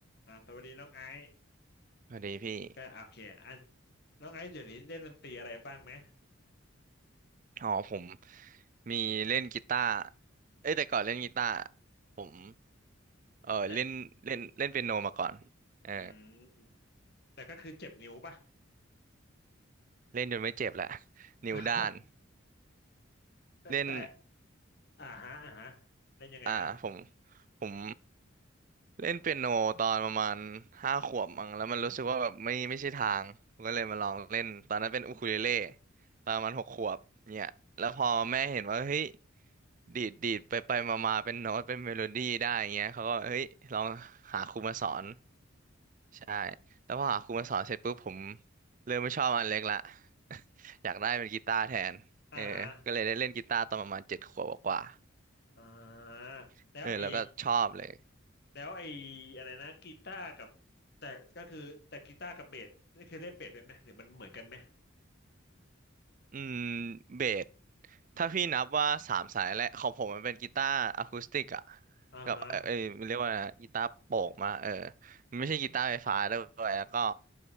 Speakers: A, on the left (about 50°); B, on the right (about 40°).
A: อ่าสวัสดีน้องไอซ์
B: สวัสดีพี่
A: ก็อ่ะโอเคอันน้องไอซ์เดี๋ยวนี้เล่นดนตรีอะไรบ้างไหม
B: อ๋อผมมีเล่นกีตาร์เอ้ยแต่ก่อนเล่นกีตาร์ผม เออเล่นเล่นเล่นเปียโนมาก่อน
A: เจ็บ
B: เออ
A: อืมแต่ก็คือเจ็บนิ้วป่ะ
B: เล่นจนไม่เจ็บละ <laughs> นิ้วด้าน
A: <laughs> แต่แต่
B: เล่น
A: อ่าฮะอ่าฮะเล่นยังไงนะ
B: อ่าผมผมเล่นเปียโนตอนประมาณห้าขวบมั้งแล้วมันรู้สึกว่าแบบไม่ไม่ใช่ทางผมก็เลยมาลองเล่นตอนนั้นเป็นอูคูเลเล่ตอนประมาณหกขวบเนี่ยแล้วพอแม่เห็นว่าเฮ้ยดีดดีดไปไปมามาเป็นโน้ตเป็นเมโลดี้ได้อย่างเงี้ยเขาก็เฮ้ยลองหาครูมาสอนใช่แล้วพอหาครูมาสอนเสร็จปุ๊บผมเริ่มไม่ชอบอันเล็กละ <laughs> อยากได้เป็นกีตาร์แทนเออก็เลยได้เล่นกีตาร์ตอนประมาณเจ็ดขวบกว่า
A: <laughs> อ่าฮะอ่าแล้วไอ
B: ๆเออแล้วก็ชอบเลย
A: แล้วไออะไรนะกีตาร์กับแต่ก็คือแต่กีตาร์กับเบสนี่คือเล่นเบสด้วยไหมหรือมันเหมือนกันไหม
B: อืมเบสถ้าพี่นับว่าสามสายแรกของผมมันเป็นกีตาร์อะคูสติกอะ
A: อ่าฮะ
B: กับเออเอยมันเรียกว่าอะไรนะกีตาร์โปร่งมาเออมันไม่ใช่กีตาร์ไฟฟ้าด้วยแล้วก็